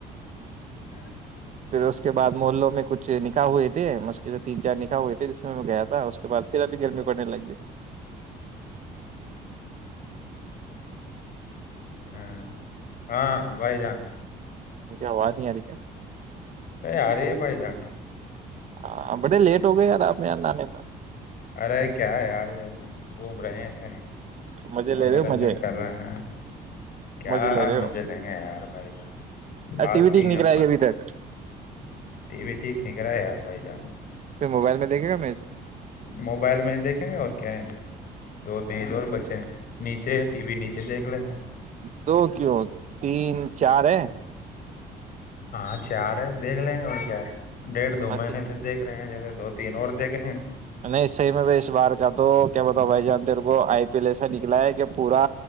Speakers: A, on the left (about 60°); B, on the right (about 45°).
A: ہوں
B: پھر اس کے بعد محلوں میں کچھ نکاح ہوئے تھے اس کے جو تین چار نکاح ہوئے تھے جس میں میں گیا تھا اس کے بعد پھر ابھی گرمی پڑنے لگ گی
A: ہاں ہاں بھائی جان
B: مجھے آواز نہیں آ رہی کیا
A: نہیں آ رہے بھائی جان
B: ہاں بڑے لیٹ ہو گئے یار آپ میں یہاں آنے میں
A: ارے کیا ہے یارنا گھوم رہے ہیں ایسے
B: میں مزے
A: منورنجن
B: لے رہے ہو مزے
A: کر رہے ہیں کیا
B: مزے لے رہے
A: مجھے
B: ہو
A: لیں گے یار بھائی یہ آالسی
B: ٹی وی ٹھیک نہیں
A: ہیں
B: کرائی
A: اپن
B: ابھی تک
A: و ٹیک نگررہ یار بھائی جان
B: پھر موبائل میں دیکھے گا میں اس
A: موبائل میں دیکھیں گے اور کیا ہے دو پیج اور بچے ہیں نیچے ٹی وی نیچے دیکھ لے ہیں
B: تو کیوں تین چار ہے
A: ہاں چار دیکھ لے ا کیا ڈیڑھ دو
B: اور
A: مہینے سے دیکھ رہے ہیں جیسے دوتی ن اورور دیک گا
B: نہیں صحی میں ب اس بار کا تو کیا بتاؤ بھائی جان تیر کو آئی پی ایل ایسا نکلا ہے کہ پورا